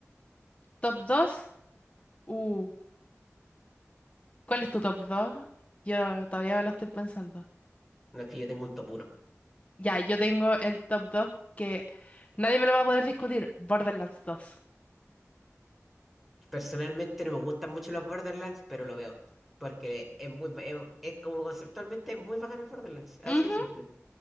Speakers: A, on the left; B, in the centre.
A: Top dos Uh, ¿cuál es tu top dos Yo todavía me lo estoy pensando.
B: No es que yo tengo un top uno.
A: Ya, yo tengo el top 2 que nadie me lo va a poder discutir. Borderlands dos
B: Personalmente no me gustan mucho los Borderlands, pero lo veo. Porque es muy, es, es como conceptualmente muy bacán el Borderlands. Así
A: Ujú.
B: de simple.